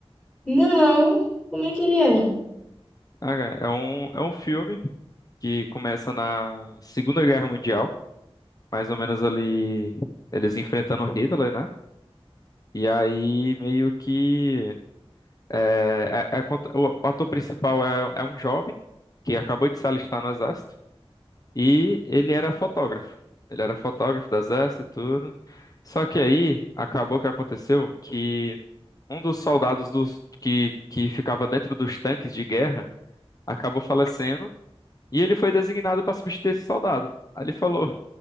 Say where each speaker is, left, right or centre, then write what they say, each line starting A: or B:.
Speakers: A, on the left; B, on the left.
A: Não, como é que ele é?
B: Ah, É um, é um filme que começa na Segunda Guerra Mundial. mais ou menos ali eles enfrentando o Hitler, né? E aí meio que é, é- é cont- o o ator principal é, é um jovem que acabou de se alistar no exército e ele era fotógrafo. Ele era fotógrafo do exército e tudo. Só que aí acabou que aconteceu que um dos soldados dos, que, que ficava dentro dos tanques de guerra acabou falecendo e ele foi designado para substituir esse soldado. Aí ele falou,